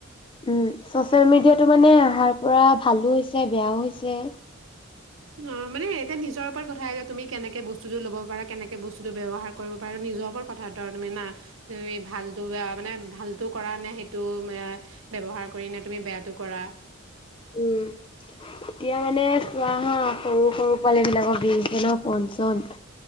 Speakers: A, on the left; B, on the right.
A: উম, ছচিয়েল মিডিয়াটো মানে অহাৰ পৰা ভালো হৈছে বেয়াও হৈছে।
B: উম, মানে এতিয়া নিজৰ ওপৰত কথা যে তুমি কেনেকে বস্তু ল'ব পাৰা, কেনেকে বস্তুটো ব্যৱহাৰ কৰিব পাৰা নিজৰ ওপৰত কথা বতৰা তুমি ভাল মানে ভালত কৰা নে সেইটো আহ, ব্যৱহাৰ কৰি নে তুমি বেয়াটো কৰা।
A: উম, এতিয়া মানে চোৱা হা সৰু- সৰু পোৱালী বিলাকক দিছে ন ফন চন।